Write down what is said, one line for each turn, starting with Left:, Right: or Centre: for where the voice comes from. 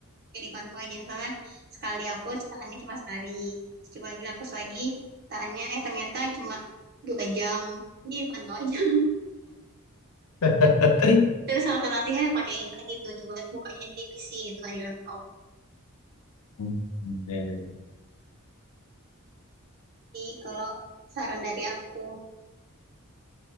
Right: kayak dipantau aja misalnya sekali dihapus tahannya cuma sehari coba lagi hapus lagi tahannya eh ternyata cuma dua jam jadi dipantau aja <laughs>
Left: <laughs>
Right: terus alternatifnya pakai ini tadi tuh coba bukanya di PC gitu kan di laptop
Left: Hmm, ya, ya, ya.
Right: jadi kalau saran dari aku